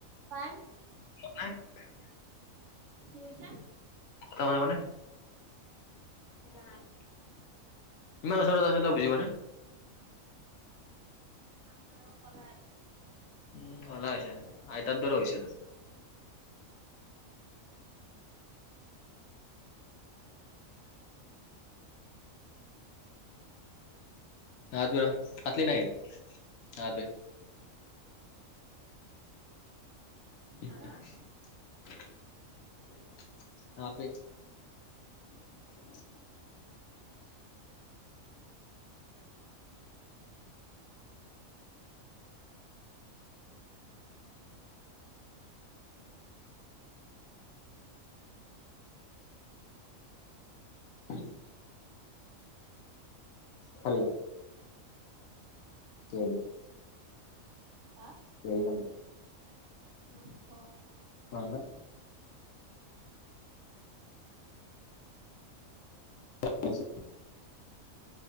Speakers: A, on the right; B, on the left.
A: পাইম
B: <unintelligible>
A: কি কৈছা?
B: তই তামানে বুজা নাই ইমান ওচৰতে আছে তই বুজি পোৱা নাই?
A: কাণখন অলপ কলা হৈছে
B: উম কলা হৈছে আইতাৰ দৰে হৈছে তই না দিয়া কাটলি নাই না দে <unintelligible>
A: খালা আকৌ
B: <unintelligible> <inaudible> থালি। <inaudible>
A: হা।
B: বিৰিয়ানী।
A: <unintelligible>
B: মাছ ভা <unintelligible>